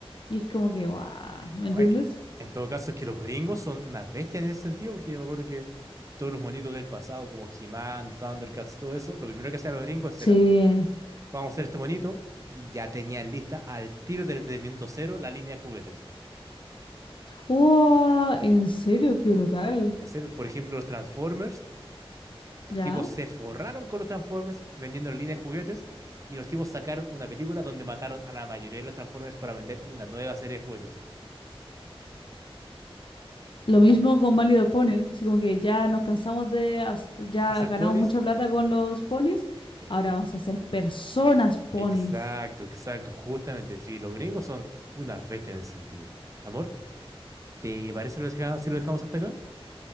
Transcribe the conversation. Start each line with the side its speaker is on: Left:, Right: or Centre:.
Left: y es como que, guau, ¿me
Right: Oye,
Left: entiendes?
Right: en todo caso es que los gringos son unas bestias en ese sentido, porque yo me acuerdo que todos los monitos del pasado, como He-Man, Thundercats, todo eso, lo primero que hacían los gringos
Left: Sí.
Right: era Vamos a hacer esto bonito. Y ya tenían lista al tiro desde el minuto cero la línea de juguetes.
Left: ¡Wow! En serio, qué brutal.
Right: En serio, por ejemplo, los Transformers, los
Left: ¿Ya?
Right: tipos se forraron con los Transformers vendiendo la línea de juguetes y los tipos sacaron una película donde mataron a la mayoría de los Transformers para vender una nueva serie de juguetes.
Left: Lo mismo con Mario de Pony, así como que ya nos cansamos de, hac- ya
Right: ¿Hacer
Left: ganamos
Right: ponis?
Left: mucha plata con los ponis,
Right: Sí.
Left: ahora vamos a hacer personas ponis.
Right: Exacto, exacto, justamente. Sí, los gringos son una bestia en ese sentido. Amor, ¿te parece si lo deja- si lo dejamos hasta acá?